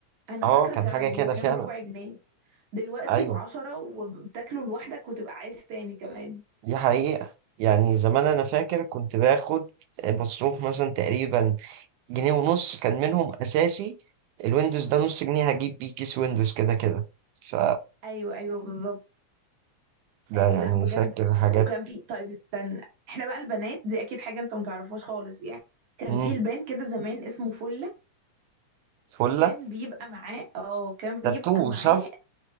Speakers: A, on the right; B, on the right.
A: انا
B: اه
A: فاكره
B: كان
A: سعره
B: حاجة
A: هو
B: كده
A: كان
B: فعلا
A: بربع جنيه دلوقتي
B: ايوه
A: بعشرة وبتاكله لوحدك وتبقى عايز تاني كمان
B: دي حقيقة يعني زمان أنا فاكر كنت باخد مصروف مثلا تقريبا جنيه ونص كان منهم أساسي الويندوز ده نص جنيه هجيب بيه كيس ويندوز كده كده ف
A: ايوه ايوه بالظبط
B: ده
A: آه
B: يعني
A: لا بجد
B: فاكر حاجات
A: آه، وكان في طيب استنى احنا بقى البنات دي اكيد حاجه انت متعرفهاش خالص يعني كان
B: مم.
A: في لبان كده زمان اسمه فله
B: فلة
A: كان بيبقى معاه اه كان بيبقى
B: تاتو
A: معاه
B: صح؟